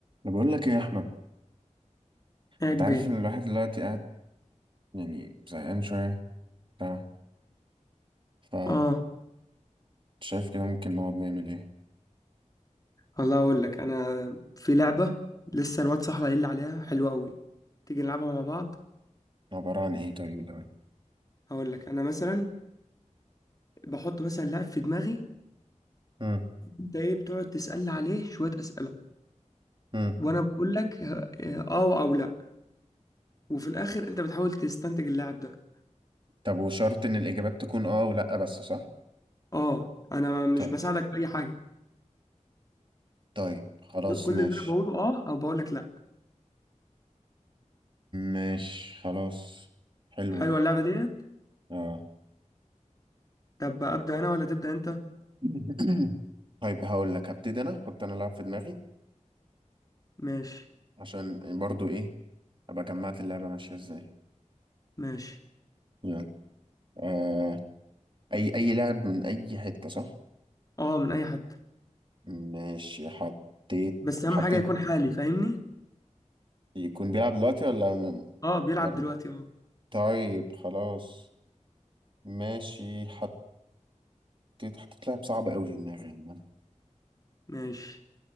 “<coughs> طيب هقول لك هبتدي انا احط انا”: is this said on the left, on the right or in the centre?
Right